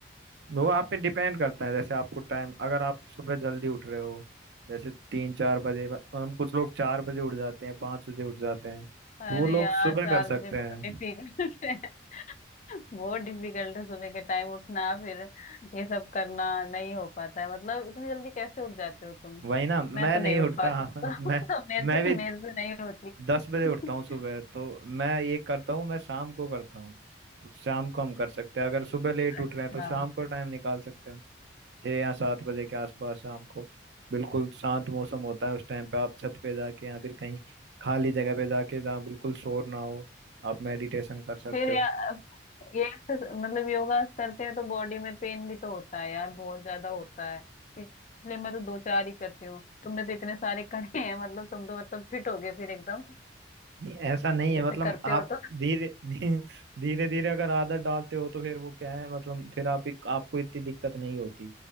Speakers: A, on the right; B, on the left.
A: वो आप पे डिपेंड करता है जैसे आपको टाइम अगर आप सुबह जल्दी उठ रहे हो जैसे तीन चार बजे और हम कुछ लोग चार बजे उठ जाते हैं पाँच बजे उठ जाते हैं
B: अरे
A: तो वो लोग
B: यार
A: सुबह
B: चार
A: कर सकते
B: बजे बहुत
A: हैं
B: डिफिकल्ट बहुत डिफिकल्ट है सुबह के टाइम उठना फिर ये सब करना नहीं हो पाता है मतलब इतनी जल्दी कैसे उठ जाते हो तुम
A: वही ना मैं
B: मैं तो
A: नहीं
B: नहीं उठ
A: उठता
B: पाती हूँ तो,
A: <laughs> मैं
B: <laughs> तो मेरे
A: मैं
B: से
A: भी
B: मेरे से नहीं होती है।
A: दस बजे उठता
B: <laughs>
A: हूँ सुबह तो मैं ये करता हूँ मैं शाम को करता हूँ तो शाम को हम कर सकते हैं अगर सुबह लेट उठ
B: अच्छा
A: रहे हैं तो शाम को टाइम निकाल सकते हैं हम छः या सात बजे के आसपास शाम को बिल्कुल शांत मौसम होता है उस टाइम पे आप छत पे जाके या फिर कहीं खाली जगह पे जाके जहाँ बिल्कुल शोर ना हो आप मेडिटेशन कर सकते
B: फिर या,
A: हो
B: ये exercise- मतलब योगा करते हैं तो बॉडी में पेन भी तो होता है यार बहुत ज्यादा होता है इसलिए मैं तो दो चार ही करती हूँ तुमने तो इतने सारे <laughs> करे हैं मतलब तुम तो मतलब फिट हो गए फिर एकदम
A: नहीं ऐसा नहीं है
B: जैसे
A: मतलब
B: करते
A: आप
B: हो तो।
A: धीरे धीरे धीरे धीरे अगर आदत डालते हो तो फिर वो क्या है मतलब फिर आप आपको इतनी दिक्कत नहीं होती